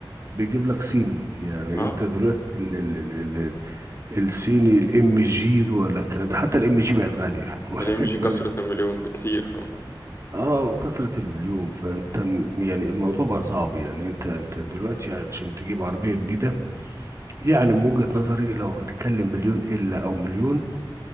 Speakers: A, on the right; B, on the left.
A: بيجيب لك صيني يعني
B: أه
A: انت دلوقتي ال ال ال ال ال الصيني الام جي ولا الكلام ده حتى الام جي بقت غاليه <laughs> واخد
B: الإم جي كسرت
A: بالك
B: المليون بكتير فاهم
A: اه كثرة المليون فانت م- يعني الموضوع بقى صعب يعني انت انت دلوقتي عشان تجيب عربية جديدة يعني من وجهة نظري لو بتتكلم مليون الا او مليون